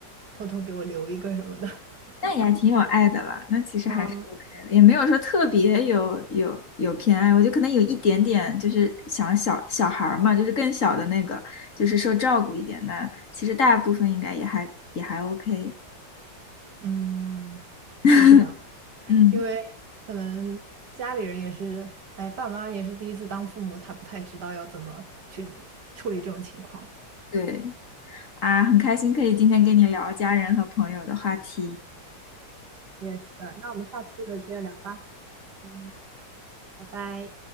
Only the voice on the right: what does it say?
偷偷给我留一个什么的。<laughs>
嗯
嗯，
对吧？
因为可能家里人也是，哎，爸妈也是第一次当父母，他不太知道要怎么去处理这种情况。
我也是的，那我们下次接着聊吧。嗯，拜拜。